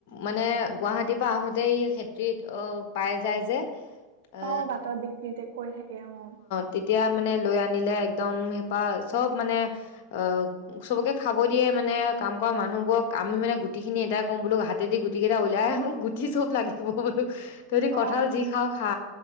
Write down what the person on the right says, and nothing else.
অ' বাটত বিক্ৰী তে কৰি থাকে অ'।
অ